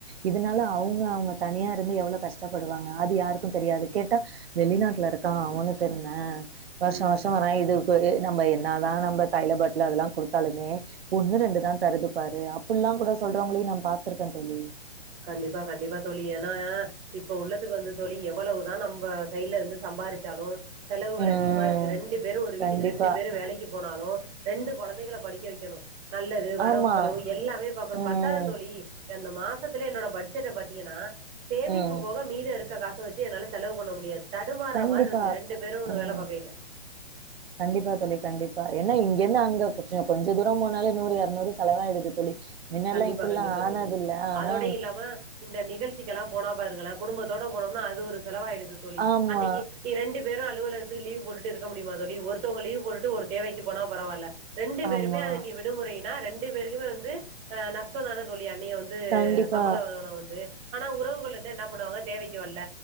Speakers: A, on the right; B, on the right.
A: இதனால அவுங்க அவுங்க தனியா இருந்து எவ்ளோ கஷ்டப்படுவாங்க அது யாருக்கு தெரியாது கேட்டா வெளிநாட்ல இருக்கான் அவனுக்கு என்ன வர்ஷ
B: ம்
A: வர்ஷோ வர்ற இது ப்பவே நம்ம என்ன தா நம்ம தைல பாட்ல அதெல்லா குடுத்தாலுமே ஒண்ணு ரெண்டு தா தருது பாரு அப் அப்பல்லா கூட சொல்றவங்களையு நா பாத்துருக்கே தோழி
B: கண்டிப்பா கண்டிப்பா தோழி ஏன்னா இப்ப உள்ளத்துக்கு வந்து தோழி எவ்வளவுதா நம்ம சைட்ல இருந்து சம்பாரிச்சாலு செலவுகள்
A: ம்.
B: அதிகமா இருக்கு ரெண்டு பேரு ஒரு வீட்டுக்கு
A: கண்டிப்பா.
B: ரெண்டு பேரு வேலைக்கி போனாலு ரெண்டு கொழந்தைங்கள படிக்க வைக்கணு நல்லது வரவு
A: ஆமா.
B: செலவு எல்லாமே பார்க்கணு
A: ம்.
B: பத்தாது தோழி அந்த மா சத்திலே என்னோட பட்ஜெட்ட பாத்தீங்கன்னா சேமிப்பு
A: ம்.
B: போக மீத இருக்க காச வச்சி என்னால்ல செலவு பண்ண முடியாது தடுமார்ற
A: கண்டிப்பா.
B: மார்ருக்கு ரெண்டு பேரு
A: ம்.
B: வேல பாக்ககையில
A: கண்டிப்பா தோழி கண்டிப்பா ஏன்னா இங்கிருந்து அங்க கொஞ்ச கொஞ்ச தூர போனாலே நூறு இருநூறு செலவாயிடுது தோழி மின்னல்லாம்
B: கண்டிப்பா
A: இப்படிலாம்
B: கண்டிப்பா
A: ஆனதில்ல.
B: தோழி
A: ஆனா
B: அதோடை இல்லாம இந்த நிகழ்ச்சிக்கெல்லா போனா பாருங்களே குடும்பத்தோட போனோம்னா அது ஒரு செலவாயிடுது தோழி
A: ஆமா,
B: அன்னைக்கி இரண்டு பேரு அலுவலகத்துக்கு லீவ் போட்டு இருக்க முடியுமா தோழி ஒருத்தவுங்க லீவ் போட்டுட்டு ஒரு தேவைக்கி போனா பரவால்ல ரெண்டு பேருமே
A: ஆமா.
B: அங்க விடுமுறைனா ரெண்டு பேருக்குமே வந்து அ நஷ்ட தானே தோழி அன்னிய வந் து
A: கண்டிப்பா.
B: சம்பள வந்து ஆனா உறவுகள் வந்து என்னா பண்ணுவாங்க தேவைக்கு வல்ல